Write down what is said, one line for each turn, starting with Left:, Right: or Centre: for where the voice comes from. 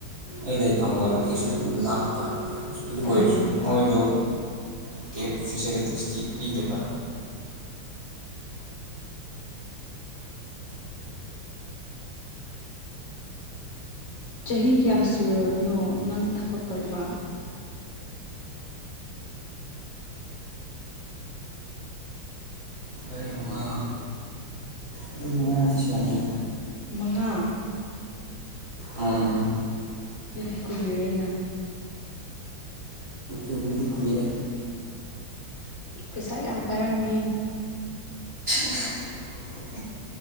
Right: ꯑꯩ ꯂꯩꯐꯝꯒ ꯂꯣꯀꯦꯁꯟꯗꯨ ꯂꯥꯞꯄ ꯑꯗꯨ ꯑꯣꯏꯔꯁꯨ
Left: ꯎꯝ
Right: ꯃꯣꯏꯗꯣ ꯀꯦꯞ ꯐꯦꯁꯤꯂꯤꯇꯤꯁꯇꯤ ꯄꯤꯗꯕ
Left: ꯆꯍꯤ ꯀꯌꯥ ꯁꯨꯔꯕꯅꯣ ꯅꯪ ꯊꯕꯛ ꯇꯧꯕ
Right: ꯃꯔꯤ ꯃꯉꯥ ꯃꯔꯤ ꯃꯉꯥꯗꯤ ꯁꯨꯔꯝꯅꯤ
Left: ꯃꯉꯥ
Right: ꯎꯝ
Left: ꯑꯗꯨꯗꯤ ꯀꯨꯏꯌꯦꯅ
Right: ꯑꯗꯨꯗꯤ ꯀꯨꯏꯔꯦ
Left: ꯄꯩꯁꯥ ꯌꯥꯝ ꯄꯥꯏꯔꯝꯅꯤ
Right: <inaudible>